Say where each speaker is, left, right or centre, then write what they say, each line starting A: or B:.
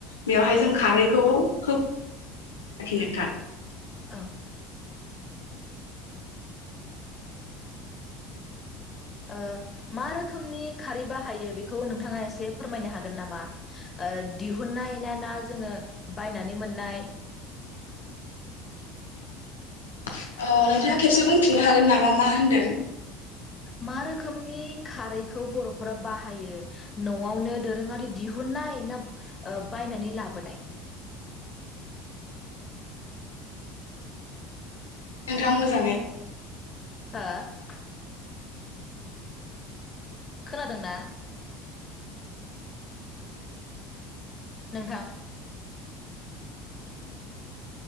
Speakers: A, on the left (about 85°); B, on the left (about 30°).
A: बेवहाय जों खारैखौ हो <unintelligible>
B: औ। ओ मा रोखोमनि खारै बाहायो बेखौ नोंथाङा एसे फोरमायनो हागोन नामा ओ दिहुनन्नाय ना ना जोङो बायनानै मोननाय
A: अ नोंथाङा खेबसे बुंफिननो हागोन नामा मा होनदों?
B: मा रोखोमनि खारैखौ बरफोरा बाहायो? नआवनो दोरोङारि दिहुनाय ना ओ बायनानै लाबोनाय?
A: नोंथां मोजाङै
B: <unintelligible> खोनादोंना? नोंथां।